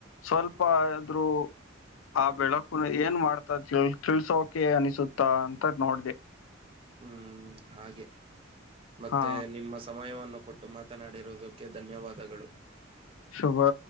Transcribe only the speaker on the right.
ಹ್ಮ್ ಹಾಗೆ ಮತ್ತೆ
ನಿಮ್ಮ ಸಮಯವನ್ನು ಕೊಟ್ಟು ಮಾತನಾಡಿರುವುದಕ್ಕೆ ಧನ್ಯವಾದಗಳು